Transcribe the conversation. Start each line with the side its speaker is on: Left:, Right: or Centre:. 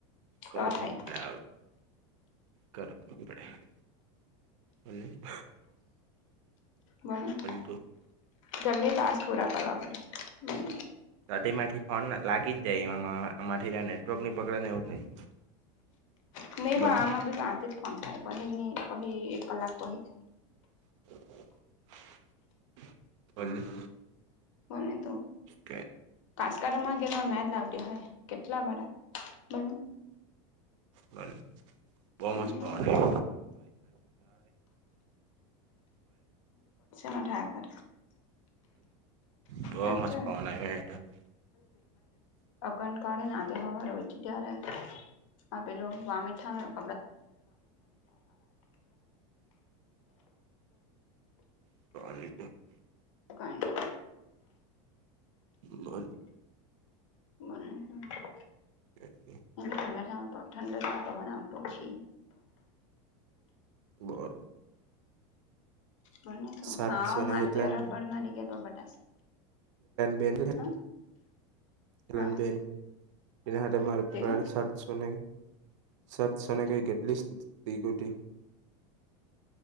Right: કર
Left: તો
Right: હો
Left: થાય
Right: આપણે કર હ <unintelligible>
Left: બોલો
Right: તું
Left: જલ્દી તાસ પૂરા કર બોલ
Right: તો તેમાંથી ફોન લાગી જ જાય એ આમાંથી નેટવર્કની પગડને એવું થાય.
Left: હ મે
Right: બોલ
Left: બા આમાં બી પાંચે જ ફોન થાય કહી કહી એક કલાક કહી થાય.
Right: <unintelligible>
Left: બોલને તો
Right: કે
Left: કાસ્કારમાં ઘેરમાં મેદ લાવ્યો હોય. કેટલા બધા બો
Right: બંધ બહ
Left: બોલને
Right: મસ્ પવન
Left: તો આ થયા કરે
Right: બવ
Left: હાચુ
Right: મસ્ત પવન આવીયે અપ
Left: અગં કાળે ના આદો હવા હોય છે ત્યારે આપેલું વામીટ થવાની <unintelligible> બલને
Right: <unintelligible>
Left: કઈ નય
Right: મન
Left: મને શીખબર
Right: <unintelligible>
Left: એ ઠડા ઠંડા પગના ઉઠું છે.
Right: બોલ
Left: બને તો
Right: સાતસોલાેલા
Left: માવા મારે ત્યાં રબડ મારી ગયા તો બટાશે
Right: બેન
Left: હ
Right: ખલન
Left: હા
Right: બન ના હાથે માર
Left: તે
Right: પ્રાર
Left: હ
Right: છાશને સાતસોનેખ કેટલીગુટી